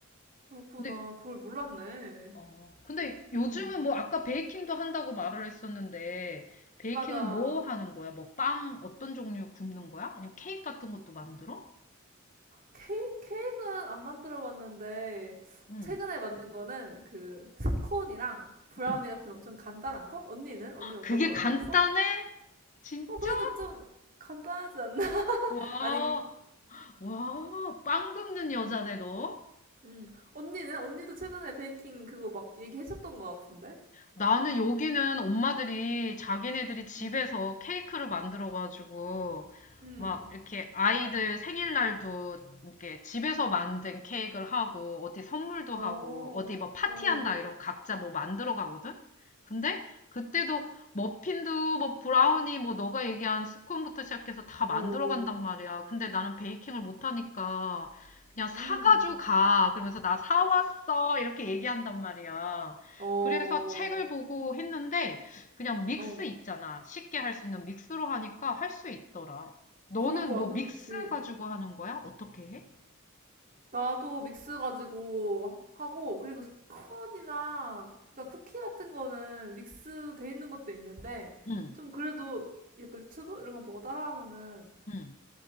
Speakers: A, on the right; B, on the left.
A: 그렇구나.
B: 근데,
A: 그걸 몰랐네.
B: 어, 근데 요즘은
A: 음.
B: 뭐, 아까 베이킹도 한다고 말을 했었는데, 베이킹은
A: 맞아.
B: 뭐 하는 거야? 뭐, 빵 어떤 종류 굽는 거야? 아니면 케이크 같은 것도 만들어?
A: 케이크, 케이크는 안 만들어 봤는데,
B: 응,
A: 최근에 만든 거는 그 스콘이랑 브라우니
B: 응.
A: 같은 엄청 간단한 거? 언니는? 언니 어떤
B: 그게
A: 거 만들었어?
B: 간단해? 진짜?
A: 어, 그래도 좀 간단하지 않나? <laughs>
B: 와,
A: 아닌,
B: 와, 빵 굽는 여자네,
A: 음,
B: 너.
A: 음. 언니는? 언니도 최근에 베이킹 그거 막 얘기했었던 것 같은데?
B: 나는 여기는 엄마들이 자기네들이 집에서
A: 음,
B: 케이크를 만들어가지고
A: 음.
B: 막 이렇게 아이들 생일날도 이렇게 집에서 만든 케이크를 하고 어디 선물도
A: 어,
B: 하고 어디 뭐 파티한다
A: 어.
B: 이러면 각자 뭐 만들어 가거든? 근데 그때도 머핀도 뭐 브라우니 뭐 너가 얘기한 스콘부터 시작해서 다
A: 어어.
B: 만들어 간단 말이야. 근데 나는 베이킹을 못하니까 그냥 사가지고
A: 음.
B: 가. 그러면서 나 사왔어. 이렇게 얘기한단 말이야.
A: 어.
B: 그래서 책을 보고 했는데 그냥 믹스
A: 어.
B: 있잖아. 쉽게 할 수 있는 믹스로 하니까 할 수 있더라. 너는
A: 그런 거 완전
B: 뭐 믹스
A: 좋지.
B: 가지고 하는 거야? 어떻게 해?
A: 나도 믹스 가지고 하- 하고 그리고 스콘이나 그러니까 쿠키 같은 거는 믹스 돼 있는 것도 있는데
B: 응,
A: 좀 그래도 약간 유튜브 이런 거 보고 따라하면은
B: 응,